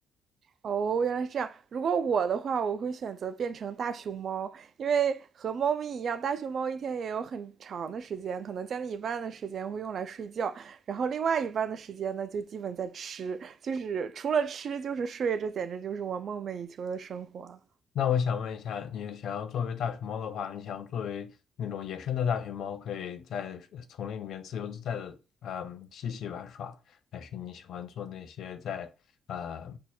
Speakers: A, on the right (about 55°); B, on the left (about 70°).
A: 哦，原来是这样。如果我的话，我会选择变成大熊猫，因为和猫咪一样，大熊猫一天也有很长的时间，可能将近一半的时间会用来睡觉，然后另外一半的时间呢，就基本在吃，就是除了吃就是睡，这简直就是我梦寐以求的生活。
B: 那我想问一下，你想要作为大熊猫的话，你想要作为那种野生的大熊猫，可以在丛林里面自由自在的，嗯，嬉戏玩耍，还是你喜欢做那些在，呃，